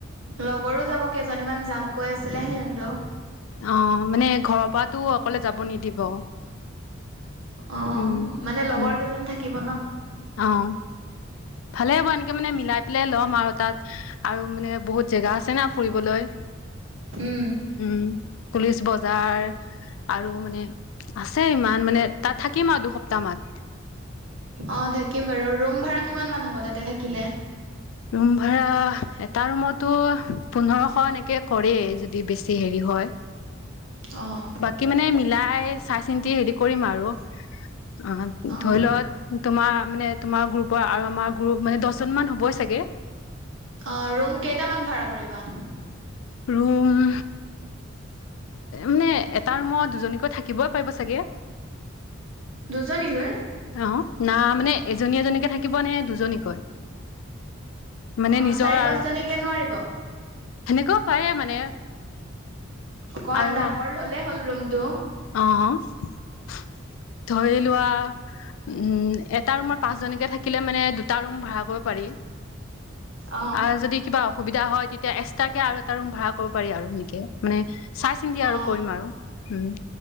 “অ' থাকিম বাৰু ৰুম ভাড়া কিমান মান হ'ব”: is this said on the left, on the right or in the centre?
Right